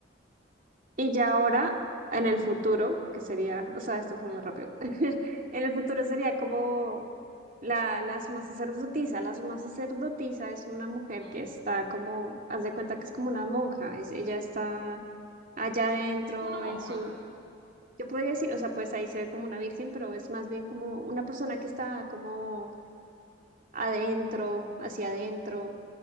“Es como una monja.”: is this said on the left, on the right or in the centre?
Right